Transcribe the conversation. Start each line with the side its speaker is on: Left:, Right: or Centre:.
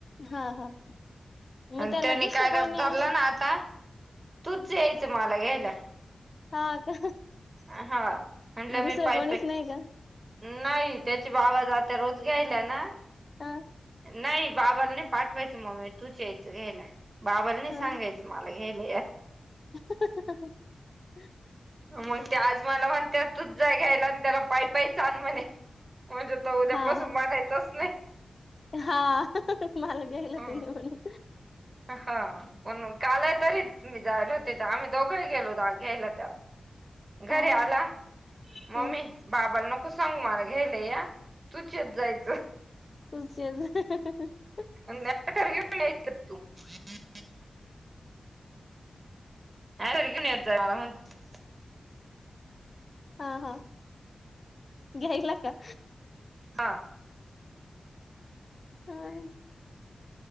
Left: हा हा मग
Right: आणि
Left: त्याला
Right: त्यानी
Left: दुसरं
Right: काय
Left: कोण
Right: रब
Left: नाही
Right: धरला
Left: आणलं
Right: ना
Left: का्.
Right: आता तूच यायचं मला घ्यायला.
Left: हा का
Right: हा म्हटलं
Left: दुसरं
Right: मी पाय
Left: कोणीच
Right: पाय
Left: नाही का.
Right: नाही त्याचे बाबा जात रोज घ्यायला ना
Left: हा
Right: नाही बाबानी. पाठवायचं मग मी तूच यायचं घ्याय बाबालानी
Left: हा
Right: सांगायचं मला घ्यायल.
Left: <inaudible>
Right: मग ते आज मला मग त्यातच जा घ्यायला आणि त्याला पाय पाय छान म्हणे. म्हणजे त उद्यापासून
Left: हा हा
Right: मारायचंच नाही.
Left: हा मला घ्यायला
Right: हम्म.
Left: तु म्हणून.
Right: हा पण कालय तरीी जायला होते आम्ही. दोघं गेलो घ्यायला त्याला
Left: हा
Right: घरी
Left: हा
Right: आला. मम्मी
Left: हम्
Right: बाबाला नको सांग मार घ्यायलाय या तू त जायचं.
Left: तुमचेच <unintelligible>
Right: <inaudible> <unintelligible> मला म्हणतो
Left: हा हा घ्यायला का?
Right: हा
Left: ह